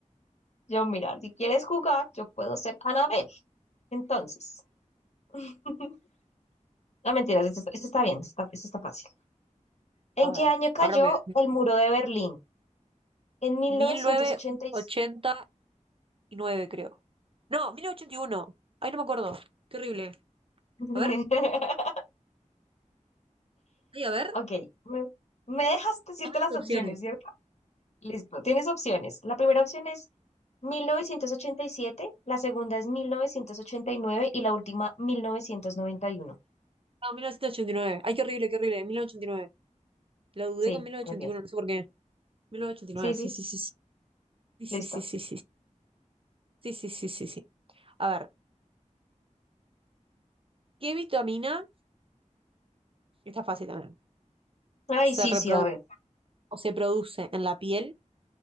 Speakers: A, on the left; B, on the right.
A: Yo, mira, si quieres jugar, yo puedo ser Anabel. Entonces, <laughs> no mentiras, esto, esto está bien, esto está, esto está fácil. ¿En
B: A ver,
A: qué año cayó
B: ahora me...
A: el muro de Berlín? En 1986.
B: mil novecientos ochenta y nueve creo. No, mil novecientos ochenta y uno Ay, no me acuerdo. Qué horrible.
A: <laughs>
B: A ver, ay, a ver.
A: Ok, me, me dejas decirte
B: Dame
A: las
B: las
A: opciones,
B: opciones.
A: ¿cierto? Listo, tienes opciones. La primera opción es 1987. la segunda es mil novecientos ochenta y nueve y la última 1991.
B: No, mil novecientos ochenta y nueve Ay, qué horrible, qué horrible. mil novecientos ochenta y nueve Lo dudé
A: Sí,
B: con mil novecientos
A: muy bien.
B: ochenta y uno no sé por qué. 1989,
A: Sí, sí.
B: sí, sí, sí. Sí, sí,
A: Listo.
B: sí, sí, sí. Sí, sí, sí, sí, sí. sí. A ver, ¿qué vitamina, está fácil también,
A: Ay,
B: se
A: sí,
B: reproduce
A: sí, a ver.
B: o se produce en la piel